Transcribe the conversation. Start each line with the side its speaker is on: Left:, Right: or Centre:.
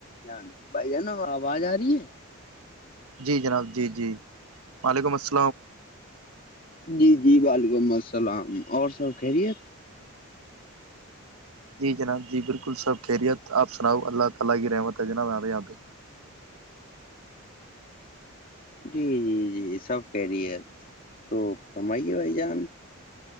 Left: جان بھائی جانا آواز آ رہی ہے
Right: جی جناب جی جی وعلیکم السلام
Left: جی جی وعلیکم السلام اور سب کہہرییت
Right: <unintelligible>
Left: جی جی جی سب کہہ رہی ہے تو ہمم آائیے بھائی جان